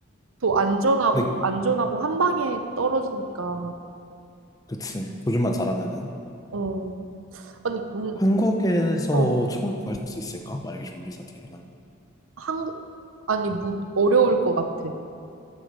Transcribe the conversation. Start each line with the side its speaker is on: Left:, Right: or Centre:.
Right: 더 안전하고,
Left: 근데
Right: 안전하고 한 방에 떨어지니까.
Left: 그치. 조준만 잘하면은.
Right: 어. 아니, 문,
Left: 한국에서
Right: 어,
Left: 총을 구할 수 있을까? 만약에 좀비 사태 일어나면.
Right: 한국, 아니, 못, 어려울 것 같아.